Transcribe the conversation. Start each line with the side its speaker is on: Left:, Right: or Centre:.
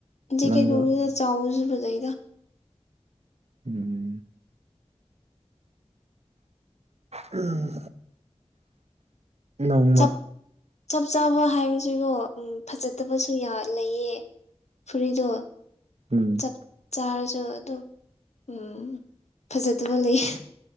Left: ꯖꯦꯀꯦꯠ
Right: ꯅꯪꯗꯣ
Left: ꯀꯨꯝꯕꯗꯨꯅ ꯆꯥꯎꯕꯁꯨ ꯐꯖꯩꯗ
Right: ꯎꯝ ꯎꯝ ꯅꯣꯡꯃ
Left: ꯆꯞ ꯆꯞ ꯆꯥꯕ ꯍꯥꯏꯕꯁꯤꯕꯣ ꯎꯝ ꯐꯖꯗꯕꯁꯨ ꯂꯩꯌꯦ ꯐꯨꯔꯤꯠꯇꯣ
Right: ꯎꯝ
Left: ꯆꯞ ꯆꯥꯔꯁꯨ ꯑꯗꯨꯝ ꯎꯝ ꯐꯖꯗꯕ ꯂꯩꯌꯦ